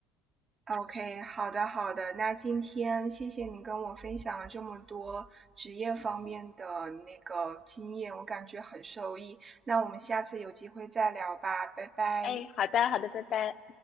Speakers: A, on the right (about 30°); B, on the left (about 50°).
A: OK，好的好的，那今天谢谢你跟我分享了这么多职业方面的那个经验，我感觉很受益。那我们下次有机会再聊吧，拜拜。
B: 哎，好的好的，拜拜。